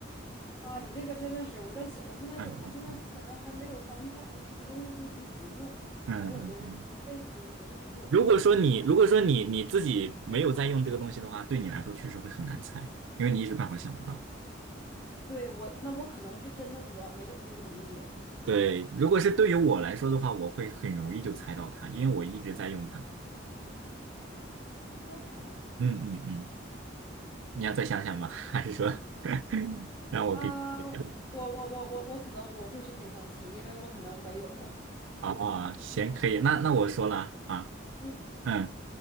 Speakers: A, on the left (about 15°); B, on the right (about 80°).
A: 啊，你这个真的是，我在想，我现在都，
B: <laughs> 嗯
A: 我现在基本上还没有方向，我就什么东西都可以一直用，
B: 嗯嗯嗯。
A: 然后有的人一辈子都不会用。
B: 如果说你如果说你你自己没有在用这个东西的话，对你来说确实会很难猜，因为你一时半会儿想不到。
A: 对，我，那我可能是真的我没有这个东西。
B: 对，如果是对于我来说的话，我会很容易就猜到它，因为我一直在用它。
A: OK，
B: 嗯嗯嗯，你要再想想吗？<laughs> 还是说 <laughs> 让我给你揭
A: 啊，我我我我我可能我会申请放弃，因为我可能没有。<laughs>
B: 晓啊？行，可以，那那我说了啊，
A: 嗯，
B: 嗯，